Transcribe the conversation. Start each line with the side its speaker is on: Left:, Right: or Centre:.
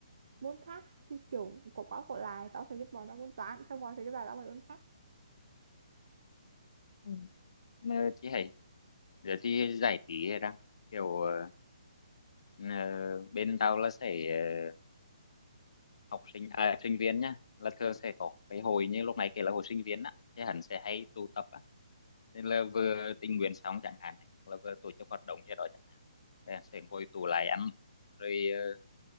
Right: môn khác thì kiểu có quá có lại tao sẽ giúp bọn trong môn toán xong bọn sẽ giúp lại tao mấy môn khác
Left: Ừ. Mà chị hay giờ thì giải trí ra kiểu ờ, ờ, bên tao là sẽ ờ, học sinh à, sinh viên nhá là thường sẽ có cái hồi như lúc này kể là hồi sinh viên á thì hắn sẽ hay tụ tập á nên là vừa tình nguyện xong chẳng hạn này, là vừa tổ chức hoạt động gì đó chẳng hạn thì hắn sẽ ngồi tụ lại ăn rồi ờ,